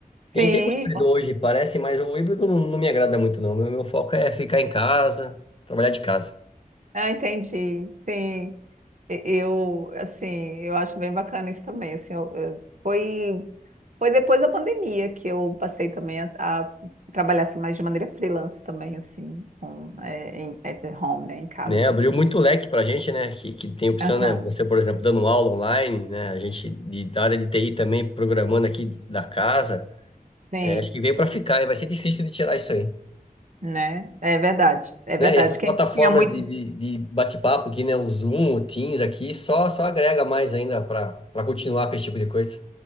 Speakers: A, on the right; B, on the left.
A: sim,
B: Tem, tem o híbrido hoje, parece, mas o híbrido não, não me agrada muito, não. Meu, meu foco é ficar em casa, trabalhar de casa.
A: ah, entendi. Sim, E- eu, assim, eu acho bem bacana isso também. Assim, eu- eu- foi, foi depois da pandemia que eu passei também a, a trabalhar assim, mais de maneira freelance também, assim, com, é, em, at home, né, em casa.
B: Né, abriu muito leque para a gente, né? Que, que tem opção,
A: Aham,
B: né? Você, por exemplo, dando aula online, né? A gente de, da área de TI também programando aqui da casa.
A: Sim,
B: É, acho que veio para ficar e vai ser difícil de tirar isso aí.
A: Né? É verdade, é
B: Né?
A: verdade.
B: E essas
A: Quem
B: plataformas
A: tinha muito.
B: de, de, de bate-papo aqui, né? O Zoom, o Teams aqui, só, só agrega mais ainda para para continuar com esse tipo de coisa.